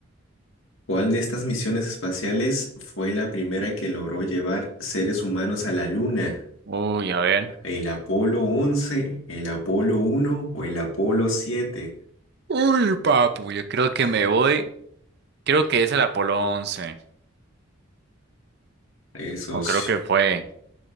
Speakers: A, on the left; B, on the right.
A: ¿Cuál de estas misiones espaciales fue la primera que logró llevar seres humanos a la Luna?
B: Uy, a ver.
A: ¿El Apolo 11, el Apolo uno o el Apolo 7?
B: Uy, papu, yo creo que me voy. Creo que es el Apolo once
A: A ver, socio.
B: O creo que fue.